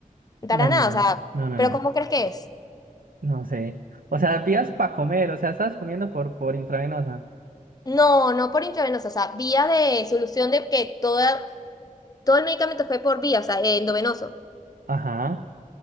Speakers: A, on the right; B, on the left.
A: dale,
B: Para nada,
A: no.
B: o sea,
A: No, no,
B: pero
A: no.
B: ¿cómo crees que es?
A: No sé. O sea, vías para comer, o sea, estabas comiendo por, por intravenosa.
B: No, no por intravenosa, o sea, vía de solución de que toda, todo el medicamento fue por vía, o sea, eh, endovenoso.
A: Ajá,